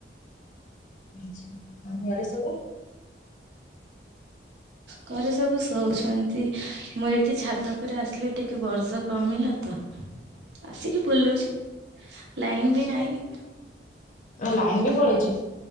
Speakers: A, on the left; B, on the right.
A: ଆଚ୍ଛା ଆଉ ଘରେ ସବୁ।
B: ଘରେ ସବୁ ଶୋଉଛନ୍ତି। ମୁଁ ଏଇଠି ଛାତ ଉପରେ ଆସିଲି ଟିକେ ବର୍ଷ କମିଲା ତ ଆସିକି ବୁଲୁଛି ଲାଇନ୍ ବି ନାହିଁ।
A: <unintelligible> ଲାଇନ୍ ବି ପଳେଇଚି।